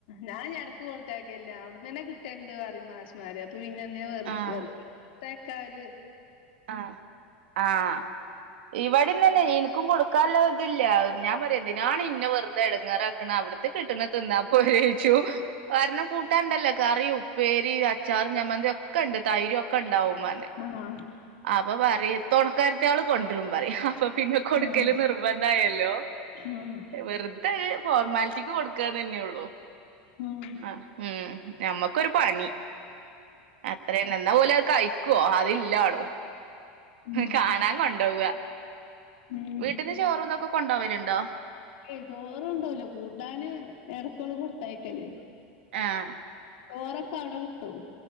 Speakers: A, on the left (about 60°); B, on the right (about 85°).
A: ഞാൻ ഇടക്ക് കൊടുത്തയക്കല്ല അവിടന്ന് തന്നെ കിട്ടേണ്ട് പറിം മാഷ് മമാര് അപ്പൊ പിന്നെ എന്തേ
B: ആഹ്
A: വേർത്തേക്കാര്
B: ആഹ് ആഹ് ഇവിടെന്ന് തന്നെ എനിക്കും കൊടുക്കാനഇതില്ല ഞാൻ പറയാന്തിനാണെന്നെ വെറുതെ എടങ്ങാറാക്കണ അവിടു കിട്ടണതിന്നാപ്പോരേച്ചു കാരണം കൂട്ടാണ്ടല്ലോ കറിയും പേരി അച്ചാറും ചമ്മന്തി ഒക്കെ ഉണ്ട് തൈര് ഒക്കെ ഉണ്ടാവും മമാ
A: ആഹ്
B: ആപ്പ പറയും തൊണക്കാരത്തിയോള് കൊണ്ടരും പറയും അപ്പൊ പിന്നെ കൊടുക്കല്
A: ആഹ് ആഹ്
B: നിർബന്ധായല്ലോ
A: ആഹ്
B: വെറുതെ ഒര് ഫോർമാലിറ്റിക്ക് കൊടുക്കാന്നെയെയുള്ളു
A: ഉം
B: ആഹ് ഉം ഞമ്മക്കൊരു പണി അ <unintelligible> എന്നാ ഓല് കയിക്കോ അതില്ലാണു
A: ഉം
B: കാണാൻ കൊണ്ടോവാ
A: ഉം
B: വീട്ട്ന്ന് ചോറും ഇതൊക്കെ കൊണ്ടോവല്ണ്ടോ?
A: ഏയ് ചോറുകൊണ്ടോവൂലാ കൂട്ടാന് എടക്കൊന്ന് കൊടുത്തയക്കല്
B: ആഹ്
A: ചോറൊക്കെ അവിടെ കിട്ടും